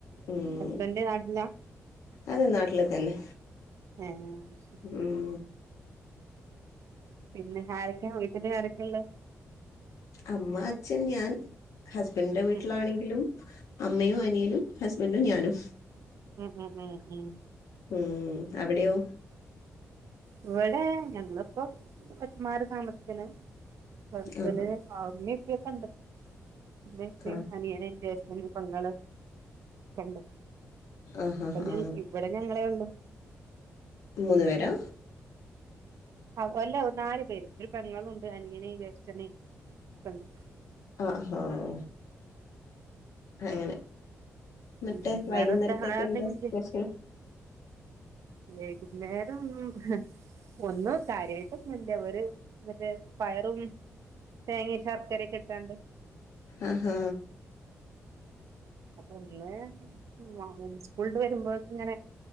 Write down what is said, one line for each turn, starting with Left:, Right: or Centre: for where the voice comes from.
Left: ഉം
Right: ഹസ്ബൻ്റ് നാട്ടിലാ
Left: അതെ നാട്ടില് തന്നെ
Right: ഹ് ഹാ
Left: ഉം
Right: പിന്നെ ആരൊക്കെയാ വീട്ടില് ആരൊക്കെയാ ഉള്ള
Left: അമ്മ അച്ഛൻ ഞാൻ ഹസ്ബൻഡിന്റെ വീട്ടിലാണെങ്കിലും
Right: ഉം
Left: അമ്മയും അനിയനും ഹസ്ബൻറ്റും ഞാനും
Right: ഉം ഉം ഉം ഉം
Left: ഉം അവിടെയോ
Right: ഇവിടെ ഞങ്ങളിപ്പോ മാറി താമസിക്കണ് ഹസ്ബൻ്റിന്
Left: ആ
Right: ഉമ്മയും ഉപ്പയും ഒക്കെ ഉണ്ട് ഉമ്മയും ഉപ്പയും
Left: ആ
Right: അനിയനും പെങ്ങള് ഒക്കെ ഉണ്ട്
Left: ആഹ് ആഹ്
Right: പിന്നെ
Left: ആഹ്
Right: ഇവിടെ ഞങ്ങളെ ഉം
Left: മൂന്ന് പേരാ
Right: ആഹ് അല്ലേ നാല് പേര് ഒരു പെങ്ങളുണ്ട് അനിയന് ജ്യേഷ്ഠന് ഒക്കെ ഉണ്ട്
Left: ആഹ് ആഹ് അങ്ങനെ എന്നിട്ട്
Right: ഉം
Left: വൈകുന്നേരത്തേക്ക്
Right: വേറെ എന്താ വേറെ
Left: എന്താ
Right: എന്തെങ്കിലും
Left: സ്പെഷ്യൽ
Right: ചെയ് വൈകുന്നേരം ഒന്നും ഒന്നും കാര്യയായിട്ട് ഒന്നും ഇവര് മറ്റേ പയറും തേങ്ങ ശർക്കരയൊക്കെ ഇട്ടാണ്ട്
Left: ആഹ് ഹാ
Right: അപ്പൊ ഇന്ന് സ്കൂൾ വരുമ്പോക്ക ഇങ്ങനെ